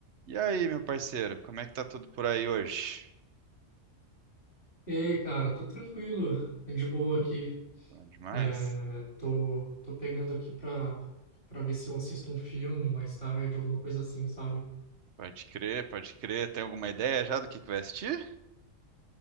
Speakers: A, on the right; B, on the left.
A: E aí, meu parceiro, como é que tá tudo por aí hoje?
B: E aí, cara, tô tranquilo, é de boa aqui.
A: Bom demais?
B: É, tô, tô pegando aqui pra, pra ver se eu assisto um filme mais tarde, alguma coisa assim, sabe?
A: Pode crer, pode crer. Tem alguma ideia já do que que vai assistir?